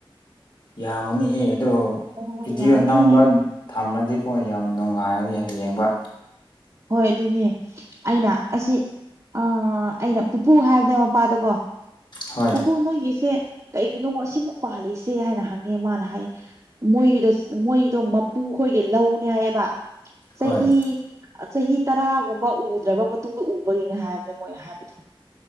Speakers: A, on the left; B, on the right.
A: ꯌꯥ ꯃꯅꯤ ꯍ ꯑꯗꯣ
B: ꯍꯣꯏ ꯍꯣꯏ
A: ꯚꯤꯗꯤꯑꯣ
B: ꯌꯥꯝꯃꯦ
A: ꯅꯝꯕ ꯊꯝꯃꯗꯤꯀꯣ ꯌꯥꯝ ꯅꯨꯡꯉꯥꯏꯔꯅꯤ ꯌꯦꯡꯕ
B: ꯍꯣꯏ ꯑꯗꯨꯅꯦ ꯑꯩꯅ ꯑꯁꯤ ꯑ ꯑꯩꯅ ꯄꯨꯄꯨ ꯍꯥꯏꯕꯅꯦ ꯃꯄꯥꯗꯀꯣ
A: ꯍꯣꯏ
B: ꯄꯨꯄꯨ ꯅꯣꯏꯒꯤꯁꯦ ꯀꯩꯒꯤꯅꯣ ꯑꯁꯤꯃꯨꯛ ꯄꯥꯜꯂꯤꯛꯏꯁꯦ ꯍꯥꯏꯅ ꯍꯪꯉꯦ ꯃꯥꯅ ꯍꯥꯏꯌꯦ ꯃꯣꯏꯒꯤꯗꯣ ꯃꯣꯏꯗꯣ ꯃꯄꯨ ꯑꯩꯈꯣꯏꯒꯤ ꯂꯧꯅꯦ ꯍꯥꯏꯌꯦꯕ ꯆꯍꯤ
A: ꯍꯣꯏ
B: ꯆꯍꯤ ꯇꯔꯥꯒꯨꯝꯕ ꯎꯗ꯭ꯔꯕ ꯃꯇꯨꯡꯗ ꯎꯕꯒꯤꯅꯤ ꯍꯥꯏꯕꯅꯦ ꯃꯣꯏꯅ ꯍꯥꯏꯕꯗꯣ